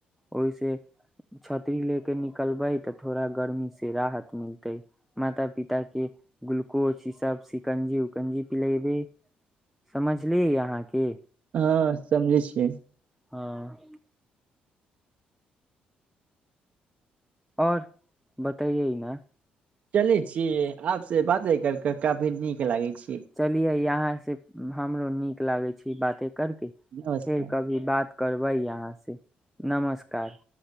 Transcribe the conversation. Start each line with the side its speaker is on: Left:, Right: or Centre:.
Centre: ओहि से छतरी ले के निकलबे ते थोड़ा गर्मी से राहत मिलते माता पिता के ग्लूकोज ई सब सिकंजी गंजी पिलेबे समझलिय अहाँके
Right: हँ समझे छियै
Centre: हँ आओर बताइए ह ने
Right: चले छीिय आप से बाते करके काफी नीक लागै छै
Centre: चलियै यहाँ से हमरो नीक लागै छी बाते करके
Right: नमस्कार
Centre: फेर कभी बात करबै यहाँ से नमस्कार